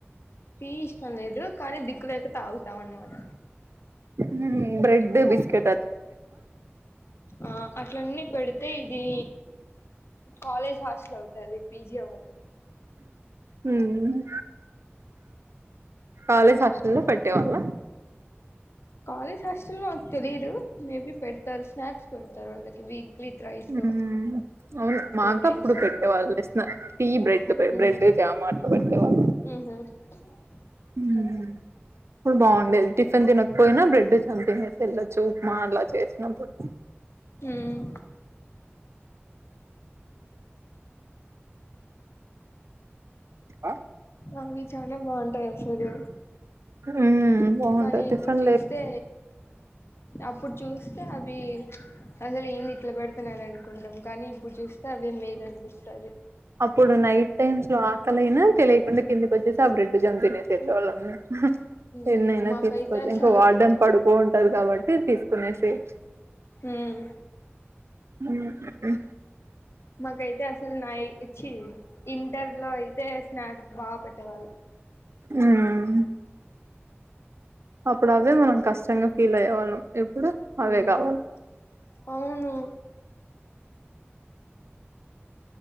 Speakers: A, on the left (about 70°); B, on the right (about 75°).
A: టీ ఇష్టం లేదు కాని దిక్కులేక తాగుతామన్మాట.
B: ఉమ్హు బ్రెడ్డు బిస్కెట
A: ఆ అట్లన్నీ పెడితే ఇదీ. కాలేజ్ హాస్ట్లవ్తది పీజీ అవ్వదు.
B: ఉమ్ కాలేజ్ హస్టల్లో పెట్టేవాల్ల.
A: కాలేజ్ హాస్టల్లో తెలీదు మేబి పెట్. తర్ స్నాక్స్ పెడతారు వాళ్ళకి వీక్లీ త్రైసు
B: ఉమ్ అవును
A: ఫోర్
B: మాకు
A: టైమ్స్
B: అప్పుడు
A: అట్ల
B: పెట్టేవాళ్ళు టీ బ్రెడ్
A: ఉమ్
B: బ్రెడ్ జామ్ అట్లా పెట్టేవాళ్ళు
A: ఊహూ. అ
B: ఉమ్ పుడ్ బాగుండేది. టిఫెన్ తినకపోయ్నా బ్రెడ్డు జామ్ తినేసెల్లొచ్చు ఉప్మా అలా చేసినప్పుడు.
A: మ్మ్
B: ఆ
A: అవ్వి చాలా బాంటాయసలు.
B: ఉమ్ బాగుంటది
A: కానీ
B: టిఫిన్
A: ఇప్పుడు చూస్తే.
B: లే
A: అప్పుడ్ చూస్తే అ. వి అసలు ఎన్ని. <unintelligible> తునాన్కుంటాం కానీ ఇప్పుడ్ జూస్తే అవే మేలనిపిస్తాది.
B: అప్పుడు నైట్ <unintelligible> ఆకలైనా తెలీకుండ కిందికొచ్చేసి ఆ బ్రెడ్డు జామ్ తినేసెళ్ళేవాళ్ళమ్ మేమ్.
A: మ్మ్
B: ఎన్నైనా
A: మాకైతే
B: తెస్తుకోచ్చు
A: అసలు
B: ఇంక వార్డన్ పడుకో. టద్ కాబట్టి తీసుకునేసెయ్చ్.
A: ఉమ్
B: ఉమ్
A: మకైతే అసల్ నై ఛి ఇంటర్ లో ఐతే స్నాక్స్ బా పెట్టేవాళ్ళు.
B: ఉమ్ అప్పుడదే మనం కష్టంగా ఫ్. ఫీల్ అయ్యేవాళ్లం ఎ ప్పుడు అవేగావల
A: మ్మ్ అవును